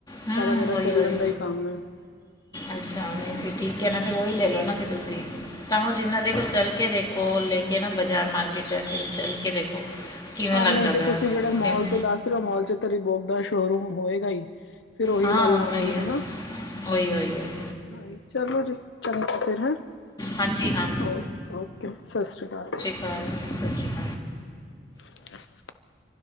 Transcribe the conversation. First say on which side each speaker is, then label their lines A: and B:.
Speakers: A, on the left (about 20°); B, on the left (about 75°).
A: ਹੂੰ
B: ਸਾਰਾ ਮੇਰਾ
A: ਓਏ
B: ਚੱਲਣ
A: ਓਏ
B: ਦਾ ਹੀ ਕੰਮ ਹੈ।
A: ਅੱਛਾ ਨਹੀਂ ਠੀਕ ਹੈ ਨਾ ਫੇਰ ਉਹੀ ਲੈ ਲਓ ਨਾ ਫ਼ਿਰ ਤੁਸੀਂ। ਤਾਂ ਜਿੰਨਾ ਦੇਖੋ ਚੱਲ ਕੇ ਦੇਖੋ ਲੈ ਕੇ ਨਾ ਬਾਜ਼ਾਰ ਮਾਰਕੀਟ ਜਾ ਕੇ ਚਲ ਕੇ ਦੇਖੋ। ਕਿਵੇਂ
B: ਹਾਂ
A: ਲੱਗਦਾ
B: ਨਹੀਂ ਤੇ
A: ਪਿਆ
B: ਤੁਸੀਂ ਜਿਹੜੇ ਮੋਲ
A: ਸਿਮ
B: ਤੋਂ ਦੱਸ ਰਹੇ ਹੋ ਮੋਲ ਚ ਤੇ ਰਿਬੋਕ ਦਾ ਸ਼ੋਰੂਮ ਹੋਏਗਾ ਹੀ। ਫੇਰ ਉਹੀ
A: ਹਾਂ
B: ਲੈ ਲਾਂਗੀ
A: ਹੁੰਦਾ ਹੀ
B: ਹਨਾ।
A: ਹੈ ਓਏ ਓਏ ਓਏ
B: ਹਾਂਜੀ ਚਲੋ ਜੀ ਚੰਗਾ ਫਿਰ ਹੈਂ।
A: ਹਾਂਜੀ ਹਾਂ
B: ਓਕੇ- ਓਕੇ ਸਤਿ ਸ਼੍ਰੀ ਅਕਾਲ।
A: <unintelligible>
B: <unintelligible>